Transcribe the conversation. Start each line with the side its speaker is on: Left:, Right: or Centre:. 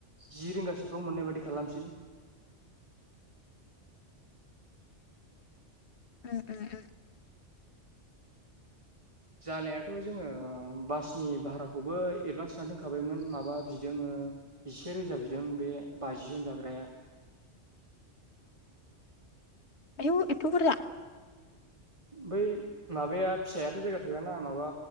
Right: जि रिंगासोफ्राव मोननाय बादि खालामसै
Left: ओम ओम ओम
Right: जानायाथ' जोङो बासनि भाराखौबो एडभान्स होनानै दोनखाबायमोन माबा बिदों से रोजा बिदों बे बाजि जन जाग्राया
Left: आयौ एथ' बुरजा
Right: बै माबाया फिसायाथ' जायगा थोयाना माबा